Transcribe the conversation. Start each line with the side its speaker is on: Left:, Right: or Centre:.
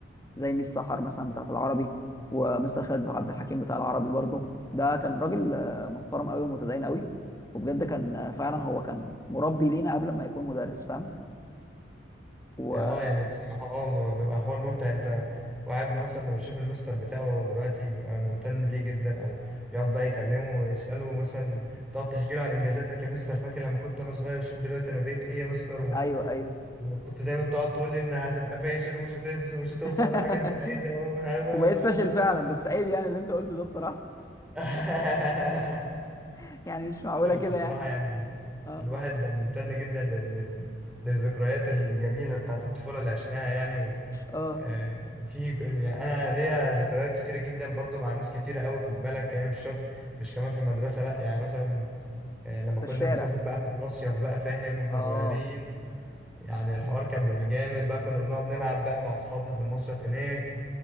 Left: زي ميس سحر مثلا بتاعت العربي ومستر خالد عبد الحكيم بتاع العربي برضه ده كان راجل آه، محترم قوي ومتدين قوي وبجد كان آه، فعلا هو كان مربي لينا قبل ما يكون مدرس فاهم وايوه
Centre: يعني اه يعني بصراحة اه بيبقى حوار ممتع انت واحد مثلا ما بيشوف المستر بتاعه هو دلوقتي بيبقى ممتن ليه جدا او يقعد بقى يكلمه ويسأله مثلا تقعد تحكي له عن انجازاتك يا مستر فاكر لما كنت انا صغير وشوف دلوقتي انا بقيت ايه يا مستر و...
Left: ايوه ايوه
Centre: وكنت دايما تقعد تقول لي ان هتبقى فاشل ومش هتوصل مش هتوصل
Left: <laughs>
Centre: لحاجة انت عايزها و... و... و...
Left: وبقيت فاشل
Centre: و...
Left: فعلا بس
Centre: و...
Left: عيب يعني اللي انت قلته ده الصراحه
Centre: <laughs>
Left: <laughs> يعني مش معقوله
Centre: لا بس
Left: كده
Centre: بصراحة
Left: يعني
Centre: يعني
Left: اه
Centre: الواحد ممتن جدا لل... لل... للذكريات الجميلة بتاعت الطفولة اللي عشناها يعني
Left: اه
Centre: آه، في يعني انا ليا ذكريات كتيره جدا برضو مع ناس كتيره قوي خد بالك يعني مش شرط مش كمان في المدرسه لا يعني مثلا آه، لما
Left: في
Centre: كنا
Left: الشارع
Centre: بنسافر بقى في المصيف بقى فاهم واحنا
Left: اه
Centre: صغيرين يعني الحوار كان بيبقى جامد بقى كنا بنقعد نلعب بقى مع اصحابنا في المصيف هناك